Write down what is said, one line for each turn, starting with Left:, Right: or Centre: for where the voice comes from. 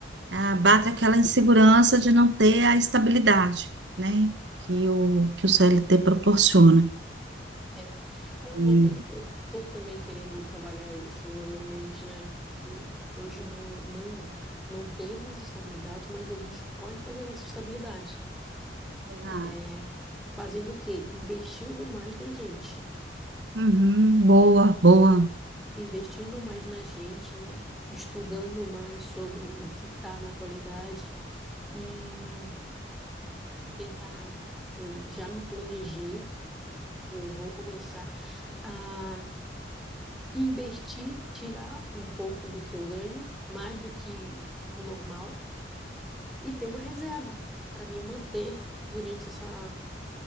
Right: Ah, bate aquela insegurança de não ter a estabilidade, né? Que o, que o CLT proporciona.
Centre: É, é uma
Right: E-
Centre: coisa que eu tô também querendo trabalhar isso na minha mente, né? Que hoje não, é- não, não temos estabilidade, mas a gente pode fazer nossa estabilidade.
Right: Exato.
Centre: É, fazendo o quê? Investindo mais na gente.
Right: Uhum, boa, boa,
Centre: Investindo mais na gente, né? Estudando mais sobre o que está na atualidade e tentar. Eu já me planejei, eu vou começar a investir, tirar um pouco do que eu ganho, mais do que o normal, e ter uma reserva para me manter durante essa,